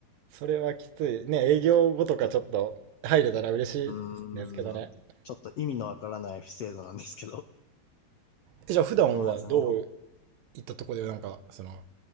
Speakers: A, on the right; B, on the left.
A: それはきつい。ね、営業後とかちょっと入れたら嬉しいですけどね。
B: ちょ、うーん。ちょっと意味のわからない不制度なんですけど。
A: えじゃあ普段はどう
B: そうなんですよね。お
A: いったとこでなんか、その、